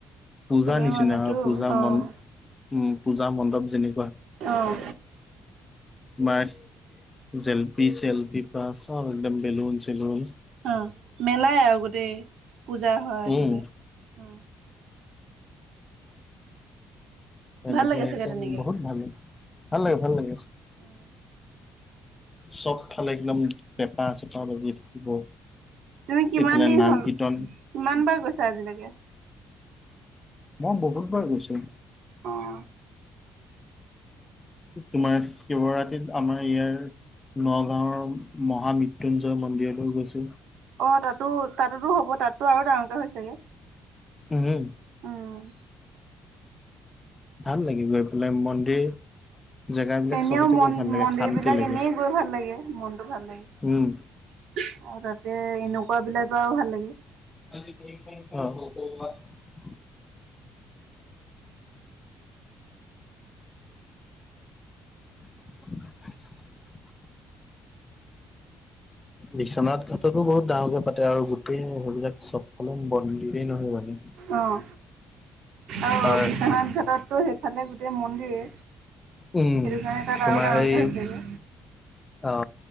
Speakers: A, on the left; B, on the right.
A: পূজা
B: চবেই
A: নিচিনা
B: মানেতো
A: হয় পূজা
B: অ',
A: মণ্ডপ উ পূজা মণ্ডপ যেনে
B: অঁ
A: তোমাৰ জেলপি চেলপি পৰা চব একদম বেলুন চেলুন।
B: অ মেলাই আৰু গোটেই পূজা হয় একেবাৰে
A: উম
B: অ
A: এনেকে
B: ভাল লাগে চাগে
A: একদম
B: তেনেকে?
A: বহুত ভাল ভাল লাগে ভাল লাগে।
B: অ
A: চবফালে একদম পেঁপা চেপা বাজি থাকিব।
B: তুমি কিমান
A: এইফালে
B: দিন
A: নাম
B: হল
A: কীৰ্তন
B: কিমান বাৰ গৈছা আজিলৈকে।
A: মই বহুতবাৰ গৈছো।
B: অ
A: তোমাৰ শিৱৰাতিত আমাৰ ইয়াৰ নগাঁওৰ মহামৃত্যুঞ্জয় মন্দিৰলৈ গৈছো।
B: অ তাতো তাতোতো হ'ব তাতো আৰু ডাঙৰকে হৈ ছাগে।
A: উমম
B: আহ
A: ভাল লাগে গৈ পেলাই মন্দিৰ। জেগাবিলাক
B: এনেও
A: চবতে
B: মন
A: গৈ ভাল লাগে
B: মন্দিৰ
A: শান্তি
B: বিলাক
A: লাগে
B: এনেই গৈ ভাল লাগে মনটো ভাল লাগে।
A: উম
B: আৰু তাতে এনেকুৱা বিলাৰ পৰাও ভাল লাগে।
A: অহ <inaudible> বিশ্বনাথ ঘাটতো বহুত ডাঙৰকে পাতে আৰু গোটেই সেইবিলাক চবফালে মন্দিৰে নহয় জানো।
B: অঁ আৰু
A: তাৰ
B: বিশ্বনাথ ঘাটততো সেইফালে গোটেই মন্দিৰে।
A: উম
B: সেইটো কাৰণে তাত
A: তোমাৰ
B: আৰু ডাঙৰকে
A: সেই
B: হৈছেগে।
A: অ